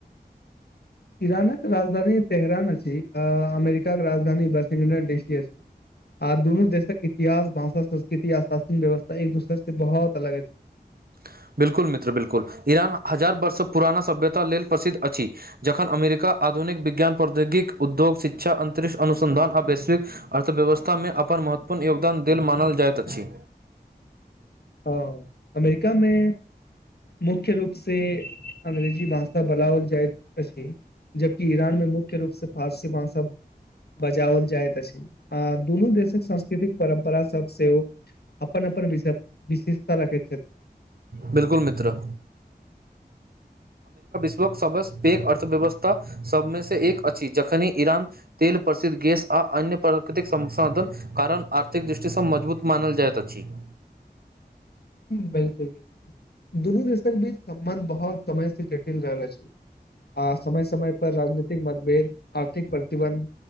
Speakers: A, on the right; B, on the left.
A: <unintelligible>
B: इरानक राजधानी तेहरान अछि अमेरिकाक राजधानी वशिंगटन डसी। आ दुनू देशक इतिहास भाषा संस्कृति आ शासन व्यवस्था एक दोसर से बहुत अलग छै।
A: <unintelligible> बिल्कुल मित्र बिल्कुल ईरान हजार वर्ष पुराना सभ्यता लेल प्रसिद्ध अछि जखन अमेरिका। आधुनिक विज्ञान प्रौद्योगिक उद्योग शिक्षा अंतरिक्ष अनसंधान आ वैश्विक अर्थव्यवस्था मे अपन। अपन महत्वपूर्ण योगदान देल मानल जाइत अछि।
B: हँ अमेरिकामे। मुख्य रूप से अंग्रेजी भाषा बोलाओल जाइत अछि। जबकि ईरान मे मुख्य रूप से फारसी भासा बजाओल जाइत अछि आ। दुनू देशक सांस्कृतिक परम्परा सब सेहो अपन अपन वि विशेषता रखैत छथिन।
A: बिल्कुल मित्र सब पैघ अर्थव्यवस्था सभमे से एक अछि जखने ईरान तेल प्रसिद्ध गैस आ। अन्य प्रकृतिक संसाधन कारण आर्थिक दृष्टिसँ मजबूत मानल जाइत अछि। <unintelligible>
B: बिलकुल बिलकुल दुनू देशक बीच सम्बन्ध बहुत। समय से जटल रहल छै। आ समय समय पर राजनीतिक मतभेद आर्थिक प्रतिबन्ध।